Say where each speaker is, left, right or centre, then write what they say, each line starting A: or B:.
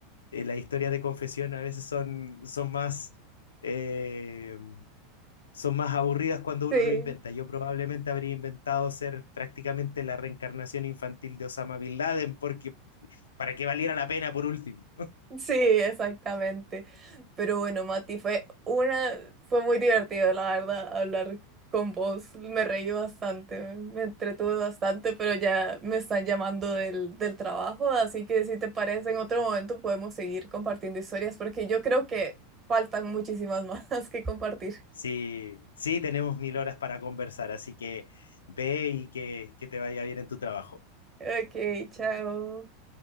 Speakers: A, on the left; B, on the right.
A: Eh, las historias de confesión a veces son, son más, eh, son más aburridas cuando uno
B: Sí.
A: no inventa. Yo probablemente habría inventado ser prácticamente la reencarnación infantil de Osama Bin Laden, porque para que valiera la pena por último.
B: Sí, exactamente. Pero bueno, Mati, fue una, fue muy divertido, la verdad, hablar con vos. Me reí bastante, me entretuve bastante, pero ya me están llamando del, del trabajo, así que si te parece, en otro momento podemos seguir compartiendo historias, porque yo creo que faltan muchísimas más <laughs> que compartir.
A: Sí, sí, tenemos mil horas para conversar, así que ve y que, que te vaya bien en tu trabajo.
B: Ok, chao.